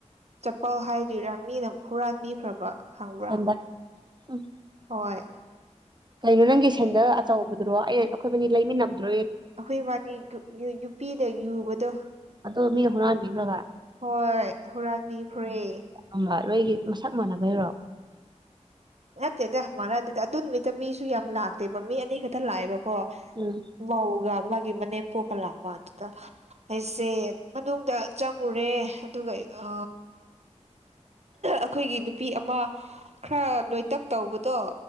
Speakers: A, on the right; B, on the right.
A: ꯆꯄꯜ ꯍꯥꯏꯗꯤ ꯔꯥꯃꯤꯅ ꯑꯃꯛ ꯍꯨꯔꯥꯟꯕꯤꯈ꯭ꯔꯕ ꯈꯪꯕ꯭ꯔꯥ
B: ꯁꯗ ꯎꯝ
A: ꯍꯣꯏ
B: ꯀꯩꯅꯣ ꯅꯪꯒꯤ ꯁꯟꯗ ꯑꯆꯧꯕꯗꯨꯔꯣ ꯑ ꯑꯩꯈꯣꯏꯕꯅꯤ ꯂꯩꯃꯤꯟꯅꯕꯗꯨꯣ
A: ꯑꯩꯈꯣꯏ ꯃꯥꯗꯤ ꯌꯨꯄꯤꯗ ꯌꯨꯕꯗꯣ
B: ꯑꯗꯣ ꯃꯤ ꯍꯧꯅ ꯃꯤ꯭ꯔꯒꯥꯏ
A: ꯍꯣꯏ ꯍꯨꯔꯥꯟꯕꯤꯈ꯭ꯔꯦ
B: ꯑꯝꯕ ꯂꯣꯏꯒꯤ ꯃꯁꯛ ꯃꯥꯟꯅꯕꯩꯔꯣ
A: ꯅꯠꯇꯦꯗ ꯍꯪ ꯃꯥꯟꯅꯗꯦꯗ ꯑꯗꯨ ꯅꯨꯃꯤꯠꯇ ꯃꯤꯁꯨ ꯌꯥꯝ ꯂꯥꯛꯇꯦꯕ ꯃꯤ ꯑꯅꯤ ꯈꯛꯇ ꯂꯥꯛꯑꯦꯕꯀꯣ
B: ꯎꯝ
A: ꯃꯧꯒ ꯃꯥꯒꯤ ꯃꯅꯦꯝ ꯄꯣꯛꯀ ꯂꯥꯛꯄ ꯑꯗꯨꯗ ꯑꯩꯁꯦ ꯃꯅꯨꯡꯗ ꯆꯪꯉꯨꯔꯦ ꯑꯗꯨꯒ ꯑ ꯑꯈꯣꯏꯒꯤ ꯅꯨꯄꯤ ꯑꯃ ꯈꯔ ꯅꯣꯏꯇꯛ ꯇꯧꯕꯗꯣ